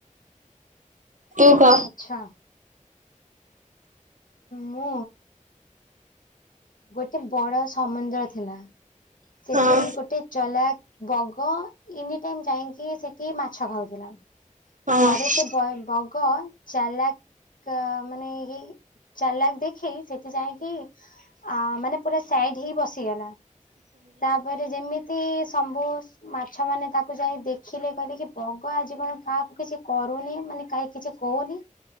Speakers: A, on the right; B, on the left.
A: ତୁ କ।
B: ଆଚ୍ଛା ମୁଁ। ଗୋଟେ ବଡ ସମୁନ୍ଦ୍ର ଥିଲା। ସେଠି
A: ହଁ
B: ଗୋଟେ ଚଲାକ - ବଗ ଏନି ଯାଇକି ସେଇଠି ମାଛ ଖାଉଥିଲା।
A: ହଁ
B: ଥରେ ସେ ବ ବଗ- କ ଚାଲାକ୍ ମାନେ ଇଏ ଚାଲାକ ଦେଖେଇ ସେଠ- ଯାଇକି ଆ ମାନେ ପୁରା ସାଇଡ ହେଇ ବସିଗଲା। ତାପରେ ଯେମିତି- ସବୁ ମାଛ ମାନେ ତାକୁ ଯାଇ ଦେଖିଲେ କହିଲେ କି ବଗ ଆଜି କଣ କାହାକୁ କିଛି କ ମାନେ କାହାକି କିଛି କହୁନି